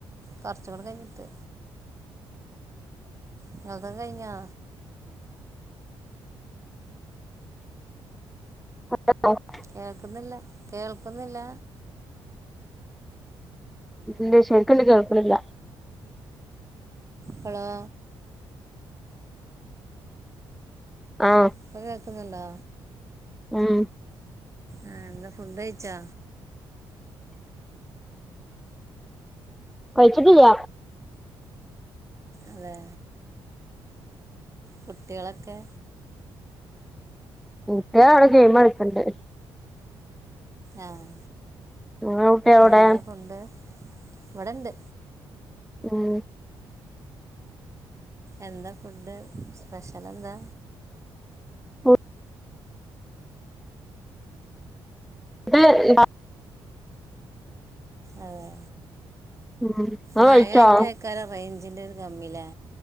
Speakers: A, on the right; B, in the centre.
A: കൊർച് കൂടെ കഴിഞ്ഞിട്ട് ഇങ്ങൾത് കയിഞ്ഞോ
B: <unintelligible>
A: കേക്കുന്നില്ല കേൾക്കുന്നില്ല
B: ഇല്ലെ ശരിക്കാണ്ട് കേൾക്ണില്ല
A: പളോ
B: ആഹ്
A: ഇപ്പൊ കേക്കുന്നുണ്ടോ
B: ഉം
A: ആഹ് എന്താ ഫുഡഴിച്ചോ
B: കഴിച്ചിട്ടില്ല
A: അതെ കുട്ട്യേളൊക്കെ
B: കുട്ട്യേള് അവിടെ ഗെയിം കളിച്ച്ണ്ട്
A: ആഹ്
B: നിങ്ങളെ കുട്ടികളെവിടെ
A: എന്താ ഫുഡ് ഇവിടെണ്ട്
B: ഉം
A: എന്താ ഫുഡ് സ്പെഷ്യൽ എന്താ
B: <unintelligible> <unintelligible>
A: അതെ
B: ഉം ഇങ്ങള്
A: മഴായിട്ടെയ്കാരം
B: കഴിച്ചോ
A: റെയ്ഞ്ചിന്റെ ഒരു കമ്മിലേ